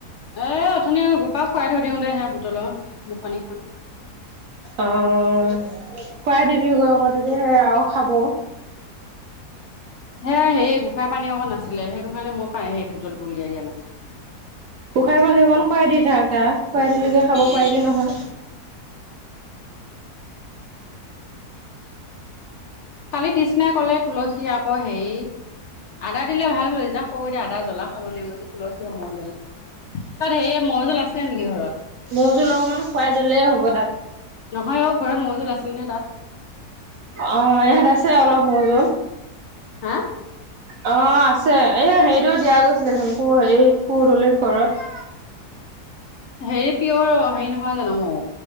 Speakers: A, on the left (about 65°); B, on the right (about 65°).
A: এ উথনি ৰোপা খুৱাই থৈ দিওঁতে হে বুটলা মুখনিখন।
B: অ', খুৱাই দিবি গৈ আকৌ তেতিয়া সে আৰু খাব।
A: সেয়া সেই গোঁসাই পানী আকৌ নাছিলে, সেইটো কাৰণে মই পাই সেই বুটলটো উলিয়াই দিয়া নাছিলোঁ।
B: গোঁসাই পাণী অকণ খুৱাই দি থাক তাক খুৱাই দিলেকে খাব পাৰিবি নহয়
A: কালি তৃষ্ণাই কলে তুলসী আকৌ হেৰি আদা দিলে ভাল বোলো এতিয়া সৰু এতিয়া আদা জ্বলা খাব নোৱাৰিব যে তুলসীয়ে মৌ জ্বল তাত সেয়ে <unintelligible> আছিলা নেকি ঘৰত?
B: মৌজোল অকণমানো খুৱাই দিলে হ'ব তাক।
A: নহয় অ', ঘৰত মৌ-জুল আছিল নে তাত।
B: অ', ইয়াত আছে অলপ মৌ-জুল।
A: হা?
B: অ', আছে এই হেৰিটো দিয়া গৈছিলেচোন কোৰ হেৰিত কু দলিত ঘৰত।
A: হেৰি পিয়ৰ হেৰি নহয় জানো মৌ,